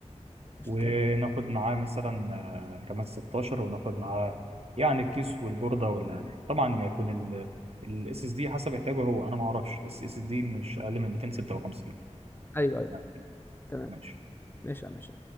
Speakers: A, on the left (about 20°); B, on the right (about 55°).
A: ماشي،
B: وناخد
A: تمام
B: معاه مثلا آه، رامات 16 وناخد معاه يعني الكيس والبوردة وال... طبعا هيكون ال الاس اس دي حسب احتياجه هو انا ما اعرفش بس اس اس دي مش اقل من 256
A: ايوه ايوه
B: تمام
A: تمام
B: ماشي
A: ماشي يا عم، ماشي